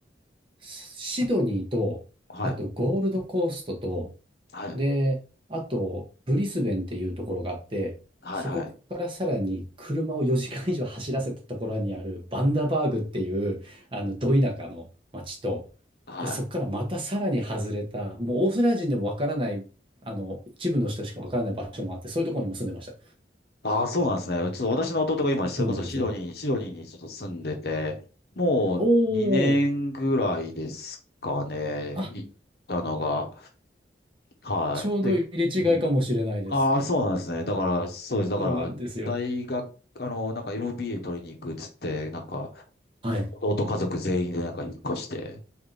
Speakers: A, on the right (about 30°); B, on the left (about 60°).
A: シドニーと、
B: はい。
A: あとゴールドコーストと、
B: はい。
A: で、あと、ブリスベンっていうところがあって、
B: はい。
A: そこからさらに車を4時間以上走らせたところにあるバンダバーグっていう、
B: はい。
A: あの、ど田舎の町と、
B: はい。
A: で、そこからまたさらに外れた、もうオーストラリア人でもわからない、あの、一部の人しかわからない場所もあって、そういうところにも住んでました。
B: ああ、そうなんですね。ちょっと私の弟が今、それこそシドニー、
A: そうなんですよ。
B: シドニーにちょっと住んでて、もう2年ぐらいですかね。
A: おお、あ、
B: 行ったのが。はい。
A: ちょうど入れ違いかもしれないです。
B: でうんああ、そうなんですね。だから、そうです。だから、
A: そうなんですよ。
B: 大学、あの、なんか MBA 取りに行くっつって、なんか、
A: はい。
B: 弟家族全員でなんか引っ越して、